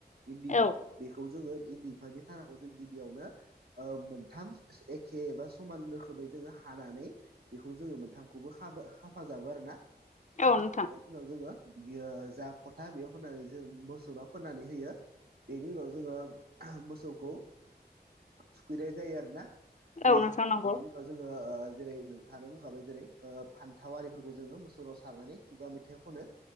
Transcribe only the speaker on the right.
इन्दि
बिफां बेखौ जोङो इन्दि बिफांनि थाराखौ जों गिबियावनो ओ मोनथाम एखे एबा समान रोखोमै जोङो हानानै बेखौ जोङो मोनथामखौबो खाफा खाफाजाबो आरो ना
खाफाब
नाव जोङो बियो जा फथा बेयाव फोननानै जों मोसौनाव फोननानै होयो। बेनि उनाव जोङो मोसौखौ थुखैनाय जायो आरोना दैजों
बेनि उनाव जोङो ओ जेरै सानो बुंखाबाय जेरै फान्थाव आरिफोरखौ जोङो मोसौाव सारनानै खुगा मेथाइ खनो